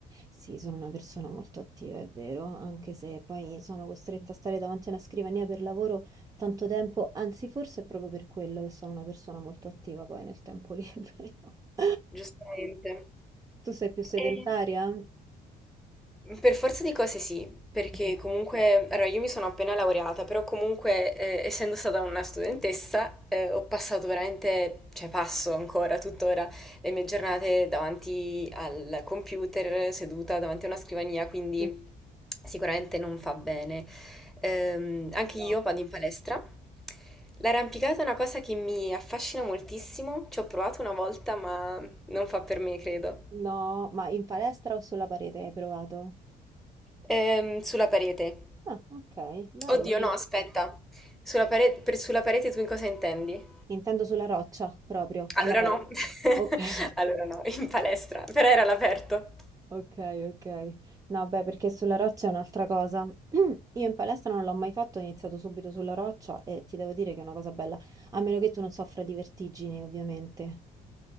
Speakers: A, on the right (about 20°); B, in the centre.
A: Sì, sono una persona molto attiva, è vero, anche se poi sono costretta a stare davanti a una scrivania per lavoro tanto tempo, anzi forse è proprio per quello che sono una persona molto attiva poi nel tempo libero. <laughs>
B: giustamente.
A: Tu sei più sedentaria?
B: E...
A: <laughs>
B: Per forza di cose sì, perché
A: Mm.
B: comunque, allora io mi sono appena laureata, però comunque eh, essendo stata una studentessa eh, ho passato veramente, cioè passo ancora tuttora le mie giornate davanti al computer, seduta davanti a una scrivania, quindi
A: Mm.
B: sicuramente non fa bene. Ehm, anche
A: No.
B: io vado in palestra. L'arrampicata è una cosa che mi affascina moltissimo, ci ho provato una volta ma non fa per me, credo.
A: No, ma in palestra o sulla parete hai provato?
B: Ehm, sulla parete.
A: Ah, ok, bello.
B: Oddio,
A: In-
B: no, aspetta. Sulla pare- per sulla parete tu in cosa intendi?
A: Intendo sulla roccia, proprio, all'aperto.
B: Allora no. <laughs>
A: Ok.
B: Allora no, in palestra, però era all'aperto.
A: Ok, ok. No, beh, perché sulla roccia è un'altra cosa. <clears throat> Io in palestra non l'ho mai fatto, ho iniziato subito sulla roccia e ti devo dire che è una cosa bella, a meno che tu non soffra di vertigini, ovviamente.